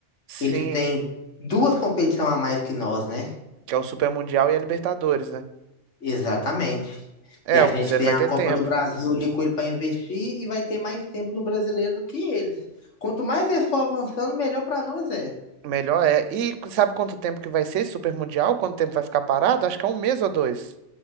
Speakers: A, on the right; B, on the left.
A: sim,
B: eles têm duas competições a mais que nós, né?
A: que é o Super Mundial e a Libertadores, né?
B: Exatamente.
A: É,
B: E a
A: o
B: gente
A: Cruzeiro
B: tem
A: vai
B: a
A: ter
B: Copa
A: tempo.
B: do Brasil ali com ele para investir e vai ter mais tempo no brasileiro do que eles. Quanto mais eles for avançando, melhor para nós é.
A: Melhor é. E sabe quanto tempo que vai ser esse Super Mundial? Quanto tempo vai ficar parado? Acho que é um mês ou dois.